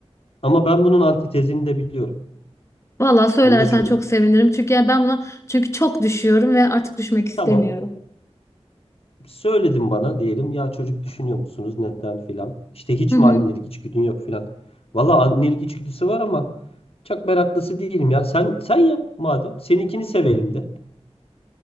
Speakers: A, on the left (about 60°); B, on the left (about 25°).
A: Ama ben bunun antitezini de biliyorum.
B: Vallahi söylersen
A: Bunu da çözdüm.
B: çok sevinirim çünkü yani ben buna çünkü çok düşüyorum ve artık düşmek istemiyorum.
A: Tamam. söyledim bana diyelim ya çocuk düşünüyor musunuz neden filan. İşte hiç
B: Hı hı.
A: mi annelik içgüdün yok filan. Valla annelik içgüdüsü var ama çok meraklısı değilim ya. Sen sen yap madem. Seninkini sevelim de.